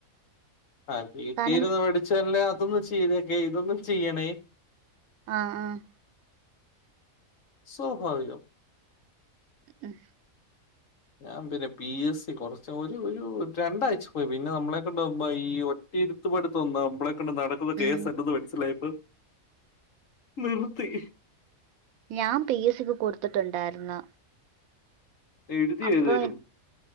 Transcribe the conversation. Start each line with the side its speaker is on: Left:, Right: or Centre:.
Left: ആ വീട്ടിരുന്ന്
Right: കാരണം
Left: പഠിച്ചല്ലേ അതൊന് ചെയ്തക്കെ ഇതൊന്നും ചെയ്യണേ.
Right: ആഹ് ആഹ്
Left: സ്വാഭാവികം
Right: ഉം
Left: ഞാൻ പിന്നെ പി എസ് സി കുറച് ഒരു രണ്ടാഴ്ച പോയി പിന്നെ നമ്മളെ കൊണ്ടവുമ്പ ഈ. ഇരുത്പടുതന്നും നമ്മളെ. നടക്കുന്ന കേസല്ലന്ന്
Right: ഉം.
Left: മനസ്സിലായപ്പോ നിർത്തി.
Right: ഞാൻ പി എസ് സിക്ക് കൊടുത്തിട്ടുണ്ടായിരുന്നു.
Left: എഴുതിയോ
Right: അപ്പൊ
Left: ഏതലും.